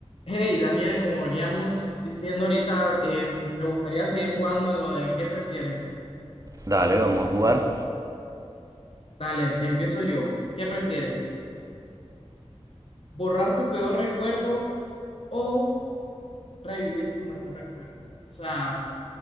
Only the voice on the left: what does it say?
Hey, Daniel, como veníamos diciendo ahorita, em, ¿te gustaría seguir jugando a lo de qué prefieres?
Dale, empiezo yo. ¿Qué prefieres? ¿Borrar tu peor recuerdo o revivir tu mejor recuerdo? O sea,